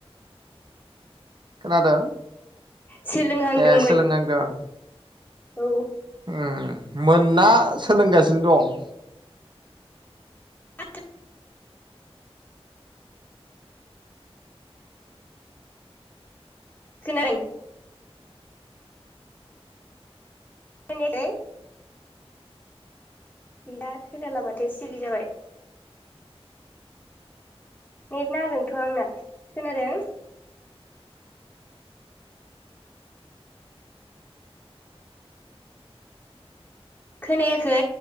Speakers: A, on the right; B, on the left.
A: खोनादों
B: सोलोंहांदोंमोन
A: ए सोलोंनांदों
B: औ
A: ओम मोनना सोलोंगासिनो दं
B: <unintelligible> <unintelligible> खोनादों खोनायाखै दा खोनाला माथो सिरि जाबाय नेट नांदोंथ' आंना खोनादों खोनायाखै